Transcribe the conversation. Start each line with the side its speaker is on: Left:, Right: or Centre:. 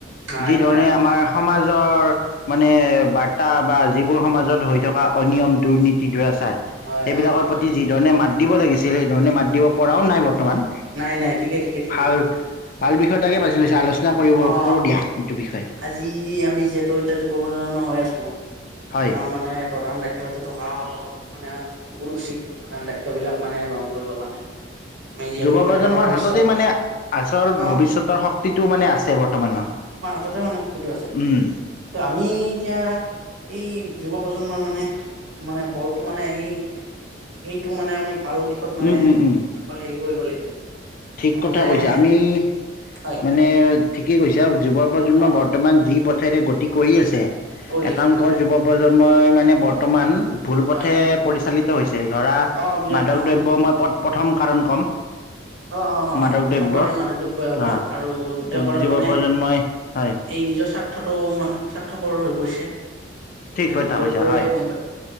Right: হয়
Left: যি ধৰণে
Right: হয়।
Left: আমাৰ সমাজৰ মানে বাৰ্তা বা যিবোৰ সমাজত হৈ থকা অনিয়ম, দুৰ্নীতি, দূৰাচাৰ
Right: হয়
Left: সেইবিলাকৰ
Right: হয় হয়
Left: প্ৰতি
Right: হয়
Left: যিধৰণে মাত দিব লাগিছিল সেইধৰণে মাত দিব পৰাও নাই বৰ্তমান।
Right: নাই নাই ঠিকে ঠিকে ঠিকেই
Left: ভাল ভাল বিষয় এটাকে বাজি লৈছা, আলোচনা কৰিব
Right: অ
Left: কৰোঁ দিয়া সেইটো বিষয়ে।
Right: আজি আমি যিহেতু এতিয়া যুৱপ্ৰজজন্ম হৈ আছোঁ
Left: হয়
Right: আমাৰ মানে প্ৰধান দায়ি ত্বটো থকা মানে বহুত উচিত প্ৰধান দায়িত্ববিলাক মানে গ্ৰহণ কৰিবৰ কাৰণে। আমি যিহেতু
Left: যুৱপ্ৰজন্মৰ
Right: এতিয়া দেশৰ ভৱিষ্যত
Left: হাততেই মানে আচল
Right: অ
Left: ভৱিষ্যতৰ শক্তিটো মানে আছে বৰ্তমানৰ।
Right: ততে মানে শক্তিটো আছে,
Left: উম
Right: ত' আমি এতিয়া এই যুৱপ্ৰজন্মৰ মানে মানে বলটো মানে সেই সেইটো মানে আমি ভাল দিশত মানে
Left: উম উম উম
Right: আকল হেৰি কৰিব লাগিব।
Left: ঠিক
Right: নহলে
Left: কথা কৈছা
Right: মানে
Left: আমি মা
Right: হয়
Left: মানে ঠিকেই কৈছা যুৱ প্ৰজন্ম
Right: অ
Left: বৰ্তমান যি পথেৰে গতি কৰি আছে
Right: কৰি
Left: একাংশ
Right: আছে তাকেতো
Left: যুৱ প্ৰজন্মই মানে বৰ্তমান ভুল পথে
Right: হয় হয় হয়
Left: পৰিচালিত হৈছে ধৰা
Right: অ বিৰাট
Left: মাদক
Right: ডাঙৰ
Left: দ্ৰব্য মই পত-প্ৰথম কাৰণ ক'ম।
Right: অ', অ', অ'
Left: মাদক
Right: প্ৰথম
Left: দ্ৰব্য
Right: কাৰণ মান দ্ৰব্যই হ'ব
Left: আহ
Right: আৰু দ্বিতীয় কাৰণ
Left: যুৱ
Right: মানে
Left: প্ৰজন্মই হয়
Right: এই নিজৰ স্বাৰ্থটো মা স্বাৰ্থপৰৰ হৈ পৰিছে।
Left: ঠিক
Right: নে
Left: কথা
Right: নিজৰটোৱে
Left: কৈছা হয়
Right: গম পাই,